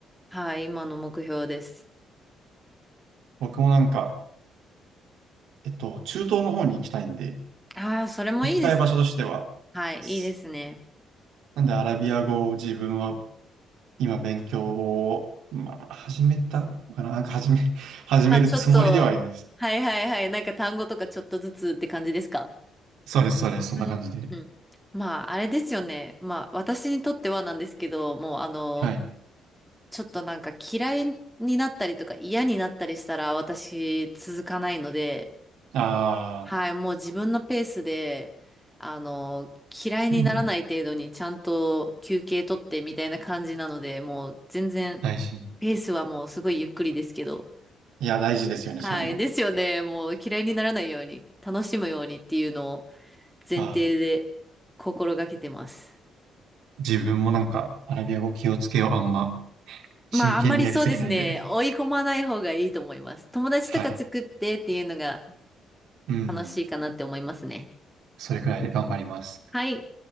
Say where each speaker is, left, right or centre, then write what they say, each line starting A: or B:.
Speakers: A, in the centre; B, on the right (about 85°).
A: はい。今の目標です。
B: 僕もなんか、えっと、中東の方に行きたいんで、
A: ああ、それもいいです。
B: 行きたい場所としては、
A: はい。
B: す
A: いいですね。
B: なんでアラビア語を自分は今勉強を、まあ、始めたのかな、なんか始め、<laughs> 始めるつもりではいます。
A: まあちょっと、はいはいはい。なんか単語とかちょっとずつって感じですか
B: そうです、そうです、そんな感じで。
A: うんうんまあ、あれですよね。まあ、私にとってはなんですけど、もう、あの、
B: はい。
A: ちょっとなんか嫌いになったりとか嫌になったりしたら私続かないので、
B: ああ、
A: はい、もう自分のペースで、あの、嫌いにならない程度にちゃんと休憩取ってみたいな感じなので、
B: うん、
A: もう全然、
B: 大事。
A: ペースはもうすごいゆっくりですけど、
B: いや、大事ですよね、
A: はい、
B: そういうの。
A: ですよね。もう嫌いにならないように、楽しむようにっていうのを前提で心がけてます。
B: ああ、自分もなんかアラビア語気をつけよう、あんま
A: まあ、
B: 真剣にやりすぎないで。
A: あんまりそうですね。追い込まない方がいいと思います。友達とか作ってっていうのが
B: はい。うん、
A: 楽しいかなって思いますね。
B: それくらいで頑張ります。
A: はい。